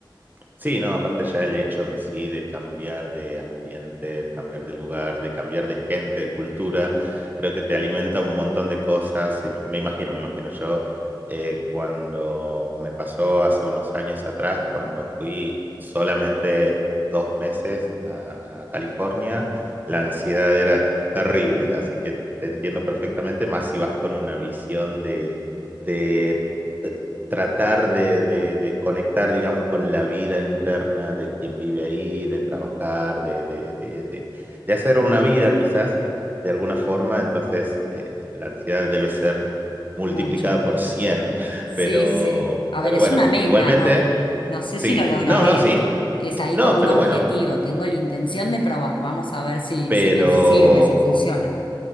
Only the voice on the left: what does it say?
Mucha.
Sí,
sí. A
ver, es
una meta,
¿no? No sé
si lo lograré.
Es ahí
como un
objetivo.
Tengo la intención de probar. Vamos a ver si,
si me f- sirve, si funciona.